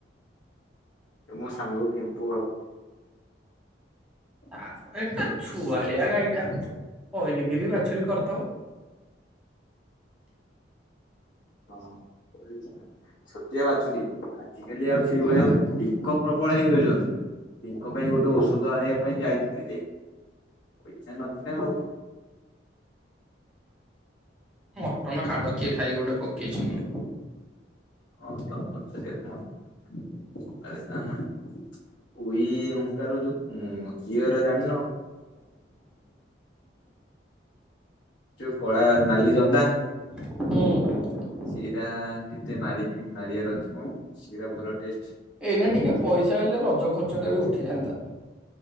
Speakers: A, on the left; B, in the centre.
A: ଏ ମୋ ସାଙ୍ଗ କେମ୍ପୁ ଘର <inaudible>
B: ଆ ଏଟା ଛୁଆଳିଆ ଗାଈ ଟା। ପହିଲିକିରି ବାଛୁରୀ କରିଥବ।
A: ହଁ କଁଳେଇଚି ପା। ଛୋଟିଆ ବାଛୁରୀ, ଆଜିକାଲି ଆଉ ସେଇଭଳି ଆଉ ଟିଙ୍କ ପ୍ରବଳ ହେଇଯାଉଚନ୍ତି। ଟିଙ୍କ ପାଇଁ ଗୋଟେ ଔଷଧ ଆଣିବା ପାଇଁ ଯାଇଥିଲେ ଯେ, ପଇଚା ନଥିଲା ଆଉ।
B: ମଟନ ହାଡ଼ କିଏ ଖାଇକି ଗୋଟେ ପକେଇଚନ୍ତି?
A: ହଁ ତ ମୋତେ ସେଇଆ ମଟନ୍ <unintelligible> ତା <unintelligible> ଉଇ ହୁଙ୍କାରୁ ଯୋଉ ଉଁ ଇଏର ଜାନ୍ ନ। ଯୋଉ କଳା ନାଲି ଜନ୍ଦା
B: ହୁଁ।
A: ସେଇଟା କେତେ ମାରିକି ମାରିବାର ଅଛି ମ ସେଟା ଭଲ ଟେଷ୍ଟ।
B: ଏଇନା ଟିକେ ପଇସା ହେଲେ ରଜ ଖର୍ଚ୍ଚଟା ବି ଉଠିଯାନ୍ତା।